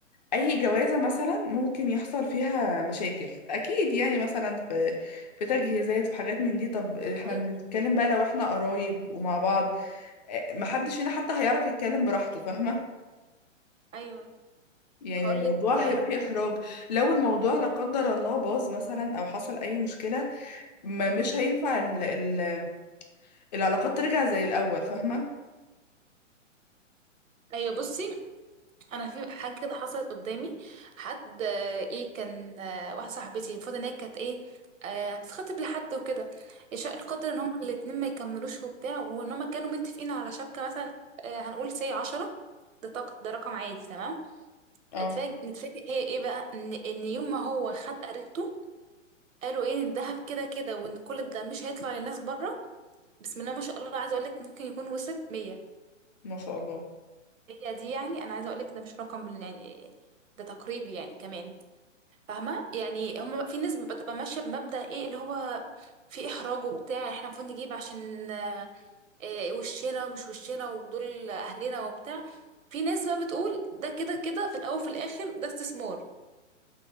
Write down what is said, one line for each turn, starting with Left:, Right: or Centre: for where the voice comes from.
Left: اي جوازة مثلا ممكن يحصل فيها مشاكل اكيد يعني مثلا في في تجهيزات في حاجات من دي طب احنا
Right: أيوه
Left: بنتكلم بقى لو احنا قرايب ومع بعض آه، محدش فينا حتى هيعرف يتكلم براحته فاهمة
Right: أيوه
Left: يعني
Right: هقولك
Left: الموضوع
Right: آه،
Left: هيبقى فيه احراج لو الموضوع لا قدر الله باظ مثلا او حصل اي مشكلة ما مش هينفع ال ال العلاقات ترجع زي الأول فاهمة
Right: أيوه بصي أنا في حاجة كده حصلت قدامي حد آه، إيه كان آه، واحدة صاحبتي المفروض إن هي كانت إيه آه، هتتخطب لحد وكده شاء القدر إن هما الاتنين ما يكملوش وبتاع وإن هما كانوا متفقين على شبكة مثلا آه، هنقول سي عشرة ده, تق- ده رقم عادي تمام
Left: اه
Right: اتفاجئ نتفاجئ هي ايه بقى ان ان يوم ما هو خد قريبته قالوا ايه ان الذهب كده كده وان كل ده مش هيطلع للناس بره بسم الله ما شاء الله عايزه اقول لك ممكن يكون وصل 100
Left: ما شاء الله
Right: هي دي يعني انا عايزه اقول لك ده مش رقم بال- يعني ده تقريبي يعني كمان فاهمه يعني هم في ناس بتبقى ماشيه بمبدأ ايه اللي هو في احراج وبتاع احنا المفروض نجيب عشان آه، إيه وشنا ومش وشنا ودول اهلنا وبتاع في ناس بقى بتقول ده كده كده في الاول وفي الاخر ده استثمار